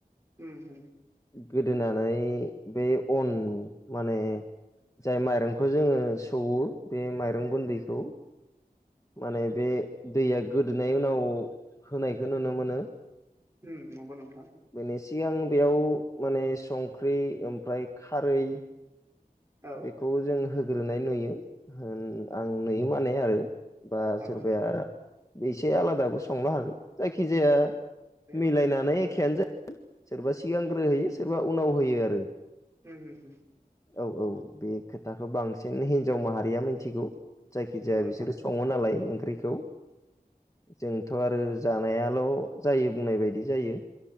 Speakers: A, on the right; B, on the left.
A: उम होम।
B: गोदोनानै बे अन माने जाय माइरंखौ जोङो सौवो बे माइरं गुन्दैखौ माने बे दैया गोदोननि उनाव होनायखौ नुनो मोनो।
A: उम नंगौ नोंथां।
B: बेनि सिगां बेयाव माने संख्रि ओमफ्राय खारै
A: औ
B: बेखौ जों होग्रोनाय नुयो होन आं नुयो माने आरो। बा
A: औ आरो
B: सोरबाया एसे आलादाबो संनो हागो। जायखिजाया
A: औ
B: मिलायनानै एखेनो जा सोरबा सिगांग्रो होयो सोरबा उनाव होयो आरो।
A: <inaudible>
B: औ औ बे खोथाखौ बांसिन हिनजाव माहारिया मिथिगौ। जायखिजाया
A: नोंथां
B: बिसोरो
A: औ
B: सङो नालाय ओंख्रिखौ। जोंथ' आरो जानायाल' जायो बुंनाय बायदि जायो।